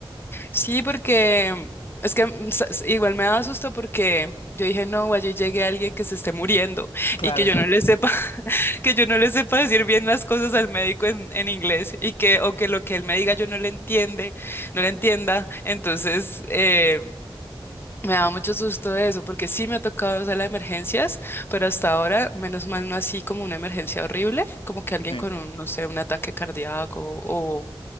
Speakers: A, on the left; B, on the left.
A: Sí, porque es que mm, sa- s- igual me daba susto porque yo dije, no, allí llegue alguien que se esté muriendo
B: Claro,
A: y que yo no le
B: <laughs>
A: sepa, <laughs> que yo no le sepa decir bien las cosas al médico en, en inglés y que, o que lo que él me diga yo no le entiende, no le entienda. Entonces, eh, Me da mucho susto eso, porque sí me ha tocado sala las emergencias, pero hasta ahora, menos mal, no así como una emergencia horrible, como que alguien
B: sí,
A: con un, no sé, un ataque cardíaco o